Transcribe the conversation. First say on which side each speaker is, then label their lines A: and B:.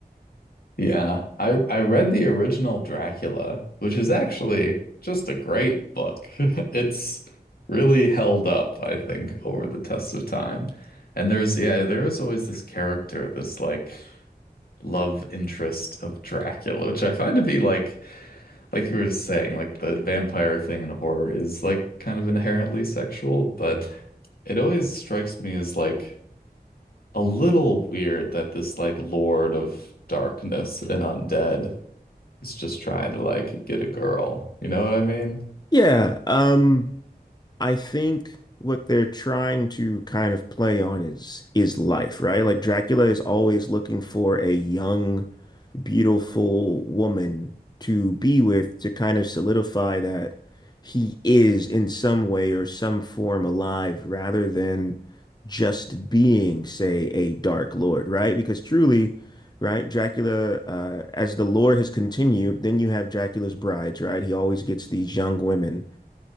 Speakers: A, on the left; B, on the left.
A: Yeah, I I read the original Dracula, which is actually just a great book. <laughs> It's really held up, I think, over the test of time. And there's yeah, there is always this character, this like love interest of Dracula, which I find to be like like you were saying, like the vampire thing in horror is like kind of inherently sexual, but it always strikes me as like a little weird that this like Lord of Darkness and undead it's just trying to like get a girl. You know what I mean?
B: Yeah, um, I think what they're trying to kind of play on is is life, right? Like Dracula is always looking for a young, beautiful woman to be with to kind of solidify that he is in some way or some form alive rather than just being, say, a dark lord, right? Because truly, right, Dracula, uh, as the lore has continued, then you have Dracula's brides, right? He always gets these young women